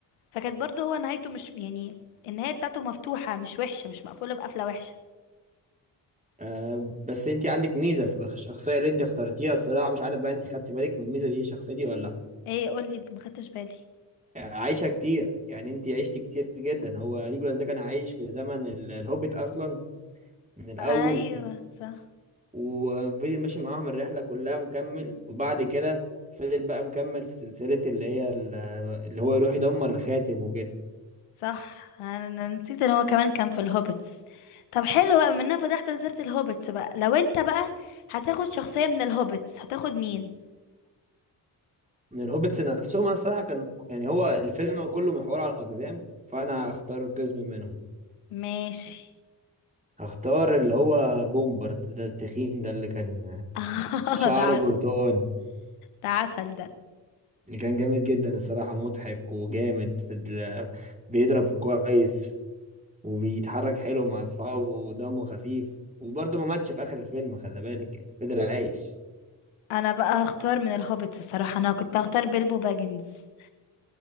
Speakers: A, on the left (about 85°); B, on the right (about 15°).
A: فكانت برضه هو نهايته مش يعني النهاية بتاعته مفتوحة مش وحشة مش مقفولة بقفلة وحشة
B: آه بس انت عندك ميزه في الشخصيه اللي انت اخترتيها الصراحه مش عارف بقى انت خدتي بالك من الميزه دي الشخصيه دي ولا لا
A: ايه قولي يمكن ما خدتش بالي
B: آه، عايشه كتير يعني انت عشت كتير جدا هو ليجولاس ده كان عايش في زمن ال- الهوبيت اصلا من الاول
A: ايوه صح
B: وفضل ماشي معاهم الرحله كلها مكمل وبعد كده فضل بقى مكمل في سلسله اللي هي ال- اللي هو يروح يدمر الخاتم وكده
A: صح انا أنا نسيت ان هو كمان كان في الهوبتس طب حلو بقى منها فتحت نزلت الهوبتس بقى لو انت بقى هتاخد شخصية من الهوبتس هتاخد مين
B: من الهوبتس نفسهم انا الصراحه كان يعني هو الفيلم كله محور على الاقزام فانا هختار قزم منهم
A: ماشي
B: هختار اللي هو بومبارد ده التخين ده اللي كان
A: <laughs>
B: شعره
A: ده عسل
B: برتقاني
A: ده عسل ده
B: اللي كان جامد جدا الصراحه مضحك وجامد في ال... بيضرب كويس وبيتحرك حلو مع اصحابه ودمه خفيف وبرضه ما ماتش في اخر الفيلم خلي بالك يعني فضل عايش
A: انا بقى هختار من الهوبتس الصراحة انا كنت هختار بيلبو باجنز